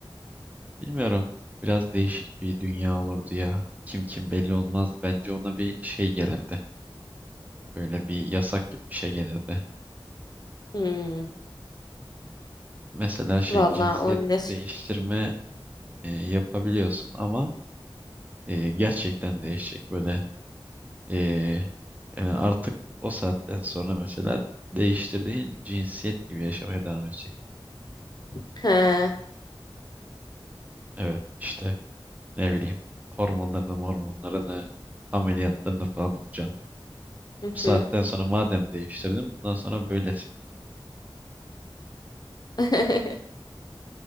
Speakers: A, on the right; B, on the left.
A: bilmiyorum. Biraz değişik bir dünya olurdu ya. Kim kim belli olmaz. Bence ona bir şey gelirdi. Böyle bir yasak gibi bir şey gelirdi.
B: Hmm,
A: Mesela şey
B: vallahi
A: cinsiyet
B: olabilir.
A: değiştirme e, yapabiliyorsun ama e, gerçekten değişecek. Böyle e, yani artık o saatten sonra mesela değiştirdiğin cinsiyet gibi yaşamaya devam edeceksin.
B: He, hı
A: Evet işte. Ne bileyim hormonlarını hormonlarını ameliyatlarını falan olacaksın.
B: hı.
A: Bu saatten sonra madem değiştirdin bundan sonra böylesin.
B: <laughs>